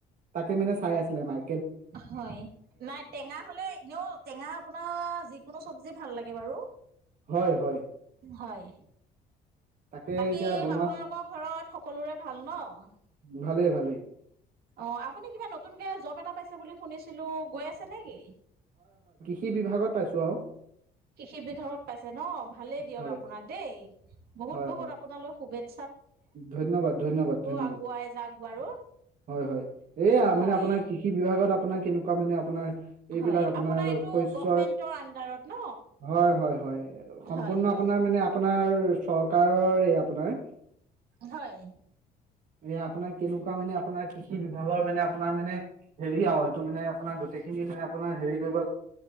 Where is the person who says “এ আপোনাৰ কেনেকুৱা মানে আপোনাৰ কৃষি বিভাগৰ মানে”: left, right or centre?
Right